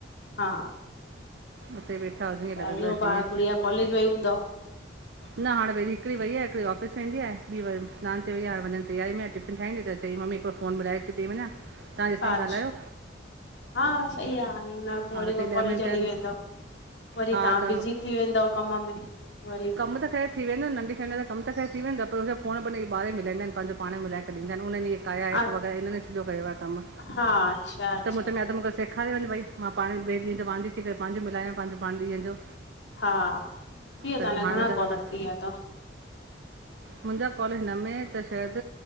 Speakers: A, on the left; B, on the right.
A: हा,
B: उते वेठा हुजो
A: ऐं
B: ईअं लॻंदो
A: ॿियो
B: आहे जीअं
A: गुड़िया कॉलेज वयी हूंदव। <unintelligible>
B: न हाणेई हिकिड़ी वई आहे हिकिड़ ऑफिस वेंदी आहे ॿी व सनानु ते वेई आ हाणे वञण जी तैयारी में आहे। ठहंदी त चई ममी हिकड़ो फ़ोन मिलाए के ॾई वञा। हा तेस्ताईं
A: आज
B: ॻाल्हायो
A: हा सही आहे हुन पोइ
B: हा
A: वरी
B: चई
A: उह
B: ॾह
A: कॉलेज
B: मिंट
A: हली
B: आहिनि
A: वेंदव। वरी
B: हा
A: तव्हां
B: त
A: बिज़जी थी वेंदव कम में वरी
B: कम त ख़ैरु थी वेंदो नंढी फैमिली त कम त करे थी वेंदा पर हु फ़ोन ॿार मिलंद आहिन पंहिंज पाण मिलाए ॾीन्दा आहिन उननिहे क़ाया ऐप
A: अ
B: वग़ैरह हिनन सज्यो कयो आहे। कमु
A: हा अच्छा अच्छा।
B: त मूं चयो या त मूंखे सेखारे वञ भई मां पाण ॿिए ॾींहं जो वांदी थी करे पंहिंजी मिलायां पंहिंज पाणे ॾींहं जो।
A: हा थी वया
B: त
A: ताहांजा
B: हाणे
A: घणा
B: हुन सां
A: कॉल
B: गॾु
A: थी विया अथव।
B: मुंहिंजा कॉल हिन में त शायद